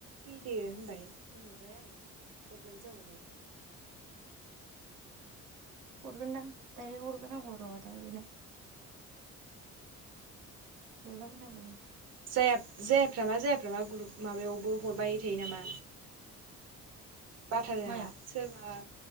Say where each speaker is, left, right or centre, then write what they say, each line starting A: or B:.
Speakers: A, on the right (about 55°); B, on the right (about 85°).
A: देदो होनबाय होनहरबाय आङो अफलाइन जाबावबाय।
B: हरगोनदां दायो हरगोन आङो र' दा बेनाव। हरलायबायनांगौ।
A: जेब जेब रागा जाया फ्रामा जाया फ्रामा ग्रुप माबायावबो हरबाय थायो नामा। बाथारो
B: मायाव
A: आंहा सोरबा